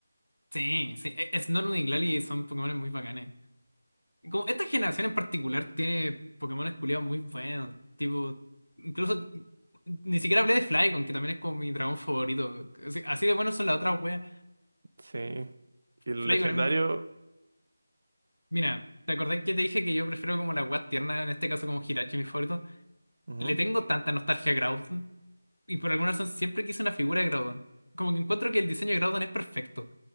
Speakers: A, on the left (about 80°); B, on the right (about 50°).
A: Sí, sí. e- Snorlax y Glalie son Pokémones muy bacanes. Como esta generación en particular tiene Pokémon culiados muy buenos. Tipo, incluso ni siquiera hablé de Flygon, que también es como mi dragón favorito. Así, así de buenos son las otras weas.
B: Sí. Y los
A: Flygon
B: legendarios.
A: es muy- Mira, ¿te acordás que te dije que yo prefiero como las weas tiernas, en este caso como Hirachi, mi favorito?
B: ujú.
A: Le tengo tanta nostalgia a Groudon. Y por alguna razón siempre quise una figura de Groudon. Como que encuentro que el diseño de Groudon es perfecto.